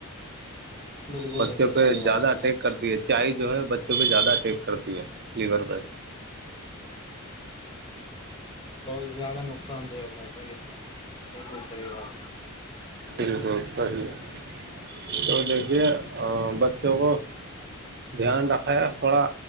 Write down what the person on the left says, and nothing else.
بالکل
بالکل
صحیح بات
ہے
جناب
بہت زیادہ نقصان دہ ہوتا ہے صحی ایک بھی سی بات